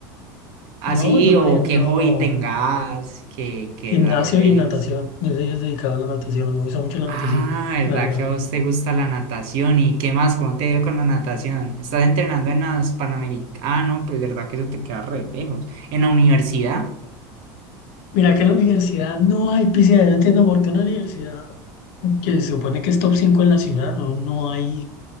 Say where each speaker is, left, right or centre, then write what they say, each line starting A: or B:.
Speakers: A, on the right (about 65°); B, on the left (about 70°).
A: Así,
B: Yo, yo,
A: o
B: por ejemplo,
A: qué hobby tengas, que, que
B: gimnasio
A: desarrolles.
B: y natación, yo soy dedicado a la natación, me gusta mucho la natación,
A: Ah, ¿verdad
B: la verdad.
A: que a vos te gusta la natación? ¿Y qué más? ¿Cómo te ha ido con la natación? ¿Estás entrenando en las Panamericanas? Ah, no, pues verdad que eso te queda re lejos. ¿En la universidad?
B: Mira que en la universidad no hay piscina, yo no entiendo por qué una universidad que se supone que es top 5 en la ciudad, no, no hay,